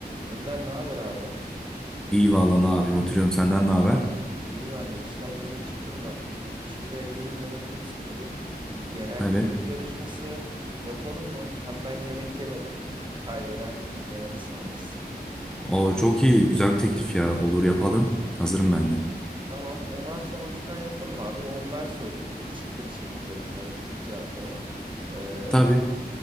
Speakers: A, on the right; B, in the centre.
A: Önder ne haber abi?
B: İyi vallahi ne yapayım oturuyorum senden ne haber?
A: İyi ben de işten yeni çıktım da. Şimdi evde de canım çok sıkıldı. Bir genel kültür
B: Evet.
A: yarışması yapalım mı? Hem ben yemek yemedim. e, Kaybeden yemek ısmarlasın.
B: O çok iyi güzel bir teklif ya olur yapalım. Hazırım ben de.
A: Tamam. Onar sonralıktan yapalım abi. 10 ben sorayım. Şıklı bir şekilde bunların cevapları. Ee,
B: Tabii